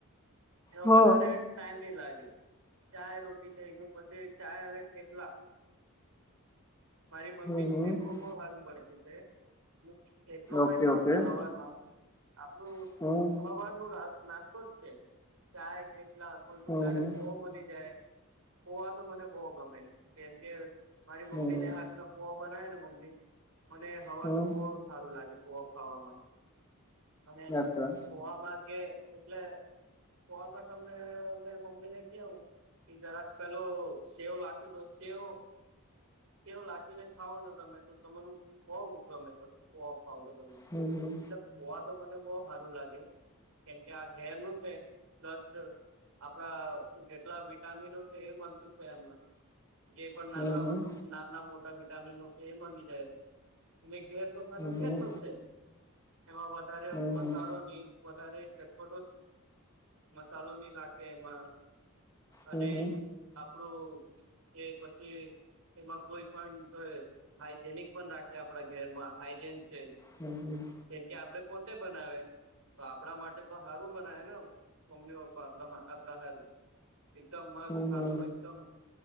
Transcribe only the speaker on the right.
એ
વધારે ટાઈમ નહી લાગે ચાય રોટી થઈ ગયો પછી ચાય હ થઠેટલા મારી મમ્મી
ફેરવું બહુ સારું ભડ છે છે. એફ્લો
મે ખાવ
ને હવાર આપણું
હવાન ન નાસ્તો જ છે ચાય ખેટલા કોઈ કોઈ
દાડે
પોહો
મળી જાય પોવા તો મને બહુ ગમે જેમ કે મારી મમ્મી
નેા પોવા બનાય ને મમ્મી મને સવારમાં
બહ સારું લાગે પોવા ખાવામાં અને
જોવામાં કે એટલે જોમાં તમને મેમે મમ્મી ને કવું કે જરાક પેલો સેવ લાગતો તો સેવ કેવ લખીને ખાવો ને તમે તો તમારું બવ ગમે પછી તો ફાવ કે તમને
પોવા તો મને બહ સારું લાગે કેમકે આ ઝેર નું છે પ્લસ આપડા જેટલા વિટામિનો છે એ મળત છે આમાં જે પણ
નાના
વસ્તુ નાના મોટા વિટામિન છે એ માંગી જાય અને ઘેર ન નું
ભેદ
ન છે એમાં વધારે
મસાળોની વધારે ચટપટો મસાલો ની નાખે એમાં અને
આપડું એ પછી એમાં કોઈ પણ હાઈજેનિક પણ રાખે આપણા ઘેરમાં હાઈજેન છે.
કેમ કે આપડે પોતે બનાવે તો આપણા માટે તો સારું બનાવે ને મમ્મી પપ્પા આપ આપણા હારું એકદમ મસ્ત
ખારનું એકદમ